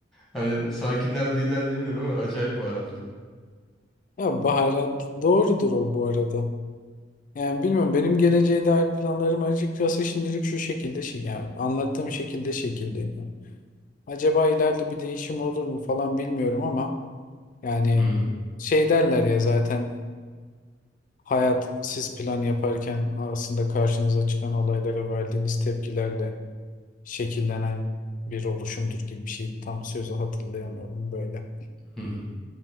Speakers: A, in the centre; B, on the left.
A: Hani sakinler mi değiller mi bilmiyorum ama acayip baharatlı.
B: Ya baharat doğrudur o bu arada. Yani bilmiyorum benim geleceğe dair planlarım açıkçası şimdilik şu şekilde şey yani anlattığım şekilde şekilleniyor. Acaba ileride bir değişim olur mu falan bilmiyorum ama yani
A: Hı hı.
B: şey derler ya zaten hayat siz plan yaparken aslında karşınıza çıkan olaylara verdiğiniz tepkilerle şekillenen bir oluşumdur gibi bir şeydi. Tam sözü hatırlayamıyorum böyle.
A: Hı hı.